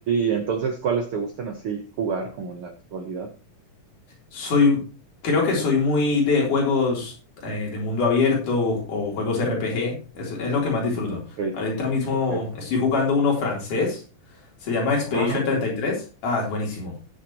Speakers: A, on the right; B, on the left.
A: y entonces, ¿cuáles te gustan así jugar como en la actualidad?
B: Soy, creo que soy muy de juegos eh, de mundo abierto o, o juegos RPG. Es, es lo que más disfruto.
A: Ok,
B: Ahorita mismo
A: ok.
B: estoy jugando uno francés. Se llama Expedition
A: Ah, ok.
B: treinta y tres Ah, es buenísimo.